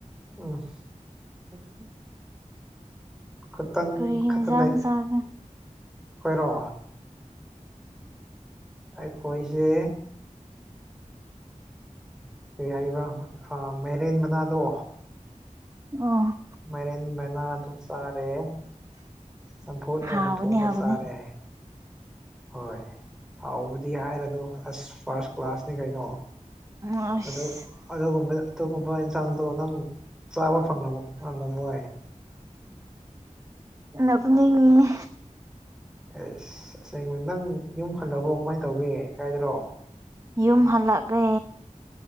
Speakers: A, in the centre; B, on the right.
A: ꯑꯣ
B: ꯎ
A: ꯈꯨꯇꯟ
B: ꯀꯔꯤ ꯌꯦꯟꯖꯥꯡ
A: ꯈꯛꯇ ꯂꯩ
B: ꯆꯥꯒꯦ
A: ꯑꯩꯈꯣꯏꯔꯣ ꯑꯩꯈꯣꯏꯁꯦ ꯀꯩ ꯍꯥꯏꯕ ꯃꯥꯏꯔꯦꯟ ꯃꯅꯥꯗꯣ
B: ꯑꯣ
A: ꯃꯥꯏꯔꯦꯟ ꯃꯅꯥ ꯑꯗꯨ ꯆꯥꯔꯦ ꯆꯝꯐꯨꯠ ꯑꯣꯏꯅ
B: ꯍꯥꯎꯒꯅꯤ
A: ꯊꯣꯡꯉꯒ
B: ꯍꯥꯎꯒꯅꯤ
A: ꯆꯥꯔꯦ ꯍꯣꯏ ꯍꯥꯎꯕꯗꯤ ꯍꯥꯏꯔꯅꯨ ꯑꯁ ꯐꯥꯔꯁ ꯀ꯭ꯂꯥꯁꯅꯤ ꯀꯩꯅꯣ
B: ꯎꯝ ꯑꯁ
A: ꯑꯗꯣ ꯑꯣ ꯀꯕ ꯑꯗꯨꯒꯨꯝꯕ ꯏꯟꯁꯥꯡꯗꯣ ꯅꯪ ꯆꯥꯕ ꯐꯪ ꯐꯪꯉꯝ ꯑꯣꯏꯏ
B: ꯅꯞꯅꯤꯡꯉꯦ
A: ꯑꯦꯁ ꯑꯁꯦꯡꯕ ꯅꯪ ꯌꯨꯝ ꯍꯜꯂꯕꯣ ꯀꯃꯥꯏ ꯇꯧꯒꯦ ꯀꯥꯏꯗꯔꯣ
B: ꯌꯨꯝ ꯍꯜꯂꯛꯂꯦ